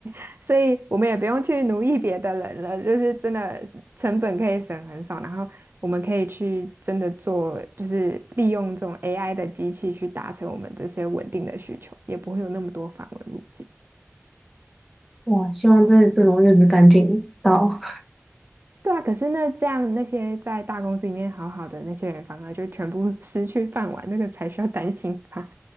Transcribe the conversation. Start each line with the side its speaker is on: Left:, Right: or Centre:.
Right: <laughs> 所以我们也不用去奴役别的人了，就是真的成本可以省很少，然后我们可以去真的做，就是利用这种 AI 的机器去达成我们这些稳定的需求，也不会有那么多繁文路径。
Centre: <laughs> 哇，希望这这种日子赶紧到。
Right: 对啊，可是那这样那些在大公司里面好好的那些人，反而就全部 <laughs> 失去饭碗，那个才需要担心吧？